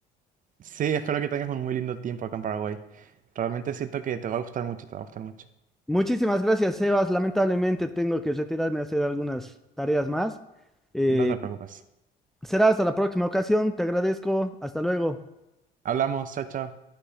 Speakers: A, on the right; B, in the centre.
A: Sí, espero que tengas un muy lindo tiempo acá en Paraguay. Realmente siento que te va a gustar mucho, te va a gustar mucho.
B: Muchísimas gracias, Sebas. Lamentablemente tengo que retirarme a hacer algunas tareas más. Eh,
A: No te preocupes.
B: será hasta la próxima ocasión. Te agradezco. Hasta luego.
A: Hablamos, chao, chao.